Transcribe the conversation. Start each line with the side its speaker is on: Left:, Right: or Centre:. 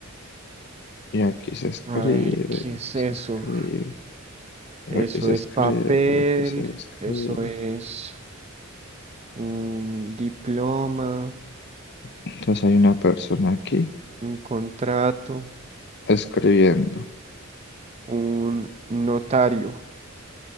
Left: Y aquí se escribe,
Right: A ver, ¿qué es
Left: se
Right: eso?
Left: escribe, por
Right: Eso
Left: aquí se
Right: es
Left: escribe,
Right: papel,
Left: por aquí se escribe.
Right: eso es un diploma,
Left: Entonces hay una persona aquí
Right: un contrato,
Left: escribiendo.
Right: un notario,